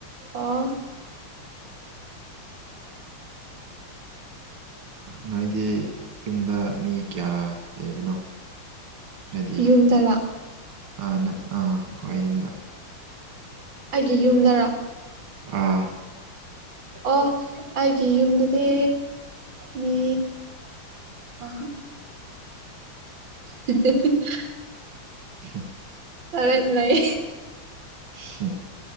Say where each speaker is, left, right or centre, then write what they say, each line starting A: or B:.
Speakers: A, on the right; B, on the right.
A: ꯑꯣ
B: ꯅꯣꯏꯗꯤ ꯌꯨꯝꯗ ꯃꯤ ꯀꯌꯥ ꯂꯩꯕꯅꯣ ꯍꯥꯏꯗꯤ
A: ꯌꯨꯝꯗꯔꯥ
B: ꯑ ꯑꯥ ꯍꯣꯏ ꯌꯨꯝꯗ
A: ꯑꯩꯒꯤ ꯌꯨꯝꯗꯔ
B: ꯑꯥ
A: ꯑꯣ ꯑꯩꯒꯤ ꯌꯨꯝꯗꯗꯤ ꯃꯤ ꯑ <unintelligible>
B: <inaudible>
A: ꯈꯔ ꯂꯩ
B: ꯍꯨꯝ